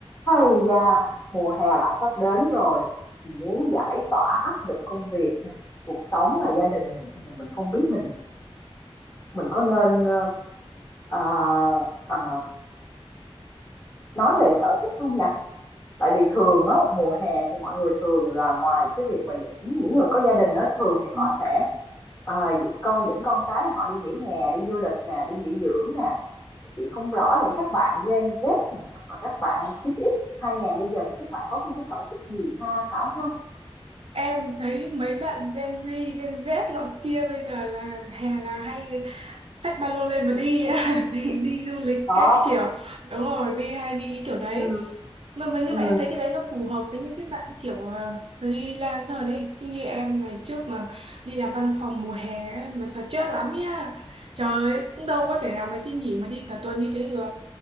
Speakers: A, on the left (about 35°); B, on the right (about 65°).
A: Hay da, mùa hè lại sắp đến rồi, mình muốn giải tỏa áp lực công việc nè, cuộc sống và gia đình nè, bây giờ mình không biết mình mình có nên ờ, ờ, ờ, nói về sở thích không nhỉ? tại vì thường á mùa hè thì mọi người thường là ngoài cái việc mà những những người có gia đình á thường thì
B: Ừ.
A: họ sẽ à, con dẫn con cái họ đi nghỉ hè đi du lịch nè đi nghỉ dưỡng nè chị không rõ là những các bạn Gen Z nè hoặc là các bạn 9X 2000 bây giờ thì các bạn có những cái sở thích gì ha Thảo ha
B: Em thấy mấy bạn Gen Z, Gen Z lọ kia bây giờ là hè là hay xách ba lô lên mà đi á, <laughs> đi, đi du lịch
A: ồ
B: các kiểu đúng rồi đi hay đi cái kiểu đấy
A: ừ
B: mà, mà nhưng
A: ừ
B: mà em thấy cái đấy nó phù hợp với những cái bạn kiểu ờ, freelancer đấy chứ như em ngày trước mà đi làm văn phòng mùa hè ấy, mà stress lắm nha trời ơi, cũng đâu có thể nào mà xin nghỉ mà đi cả tuần như thế được